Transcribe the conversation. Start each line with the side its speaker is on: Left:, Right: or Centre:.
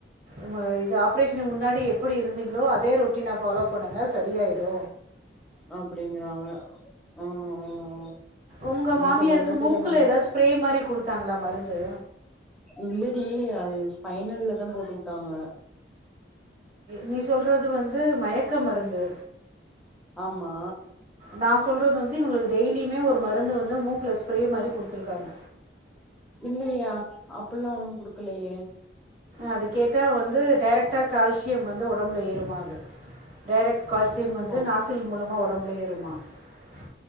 Right: ம் ஆ இது ஆப்ரேஷனுக்கு முன்னாடி எ ப்பிடி இருந்தீங்களோ அதே ரொட்டீன் ஃபாலோ பண்ணு ங்க சரியாயிடு
Centre: அப்பிடிங்கறாங்க ஆ ஹ ஆ ஆ
Right: உங்கள்
Centre: என்ன
Right: மாமியாருக்கு
Centre: பண்றதுன்னே தெரிலன்னா
Right: மூக்கில் ஏதாவது ஸ்ப்ரே மாதிரி கொடுத்தாங்களா மருந்து
Centre: இல்லடீ அது பைனல்லதா போட்டு விட்டாங்க
Right: நீ சொல் றது வந்து மயக்க மருந்து
Centre: ஆமா
Right: நா சொல்றது வந் து இவுங்களுக்கு டெய்லியுமே ஒரு மருந்து வந்து மூக்குல ஸ்ப்ரே மாரி குடுத்துருக்காங்க
Centre: இல்லைய்யா அப்பல்லா ஒண்ணும் குடுக்கலையே
Right: அது கேட்டா வந்து டைரக்ட்டா கால்சியம் வந்து உடம்புல ஏறும்மா அது டைரக்ட் கால்சியம் வந்து
Centre: ஓ
Right: நாசில் மூலமா உடம்புலா ஏறும்மா ஸ்